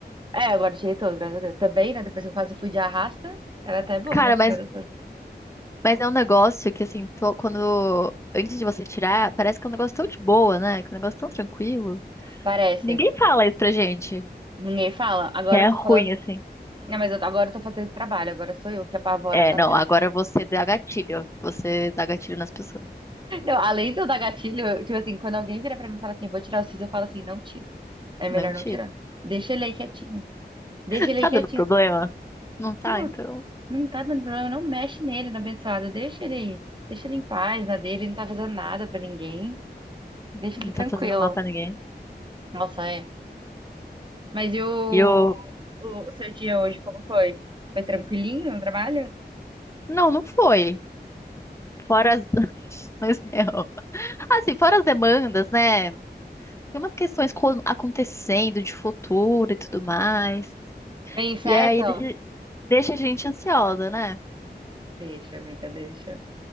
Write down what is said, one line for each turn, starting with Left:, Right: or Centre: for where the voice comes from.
Right: É, agora eu tirei todos, graças a Deus. Também, né? Depois que eu quase fui de arrasta, era até bom,
Left: Cara,
Right: né? Tirado
Left: mas,
Right: todos.
Left: mas é um negócio que, assim, tô- quando... Antes de você tirar, parece que é um negócio tão de boa, né? Que é um negócio tão tranquilo.
Right: Parece.
Left: Ninguém fala isso pra gente,
Right: Ninguém fala. Agora
Left: que é
Right: eu tô
Left: ruim,
Right: falando.
Left: assim.
Right: Não, mas eu, agora eu tô fazendo esse trabalho. Agora sou eu que apavoro
Left: É,
Right: a galera.
Left: não, agora você dá gatilho. Você dá gatilho nas pessoas.
Right: <laughs> Não, além do da gatilho, eu, tipo assim, quando alguém vira pra mim e fala assim, vou tirar o siso, eu falo assim, não tira. É melhor
Left: Não tira.
Right: não tirar. Deixa ele aí quietinho. Deixa
Left: <laughs>
Right: ele
Left: Tá
Right: aí
Left: dando
Right: quietinho.
Left: problema? Não tá,
Right: Se não,
Left: então.
Right: Não tá dando problema, não mexe nele no abençoado. Deixa ele aí. Deixa ele em paz na dele, ele não tá fazendo nada pra ninguém. Deixa
Left: Não
Right: ele tranquilo.
Left: tá fazendo mal pra ninguém.
Right: Nossa, é. Mas e o,
Left: E eu,
Right: o, o seu dia hoje, como foi? Foi tranquilinho no trabalho?
Left: Não, não foi. Fora as... <laughs> mas não. Assim, fora as demandas, né? Tem umas questões co- acontecendo de futuro e tudo mais.
Right: Bem certo?
Left: E aí deixa, deixa a gente ansiosa, né?
Right: Deixa, amiga, deixa.